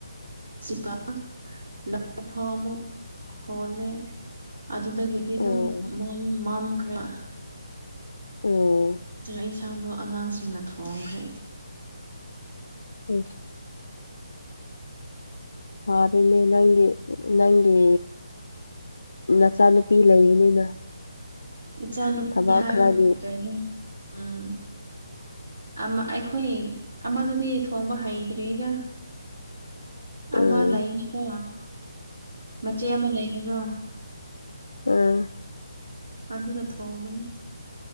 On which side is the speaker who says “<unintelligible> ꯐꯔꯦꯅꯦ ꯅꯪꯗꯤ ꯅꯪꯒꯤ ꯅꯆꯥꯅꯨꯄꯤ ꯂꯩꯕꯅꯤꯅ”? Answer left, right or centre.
Left